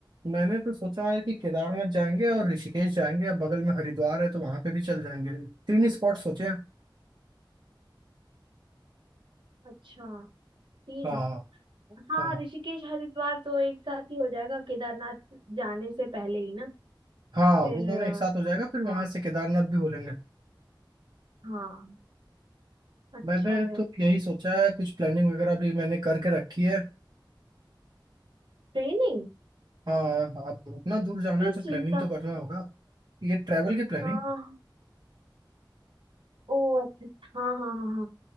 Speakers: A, on the right; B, on the right.
A: मैंने तो सोचा है कि केदारनाथ जाएंगे और ऋषिकेश जाएंगे और बगल में हरिद्वार है तो वहां पे भी चल जाएंगे तीन ही स्पॉट सोचे हैं
B: अच्छा तीन
A: हाँ
B: हाँ
A: हाँ
B: ऋषिकेश हरिद्वार तो एक साथ ही हो जाएगा केदारनाथ जाने से पहले ही ना
A: हाँ
B: फिर
A: वो दोनों
B: अ,
A: एक साथ हो जाएगा फिर
B: हाँ
A: वहां से केदारनाथ भी हो लेंगे
B: हाँ अच्छा
A: मैंने
B: है
A: तो यही सोचा है कुछ प्लानिंग वगैरह भी मैंने करके रखी है
B: ट्रेनिंग
A: हाँ अब उतना दूर जाना
B: किस
A: है तो
B: चीज
A: प्लानिंग
B: का
A: तो करना होगा ये ट्रैवल की प्लानिंग
B: हाँ ओ अच्छा अच्छा, हाँ हाँ हाँ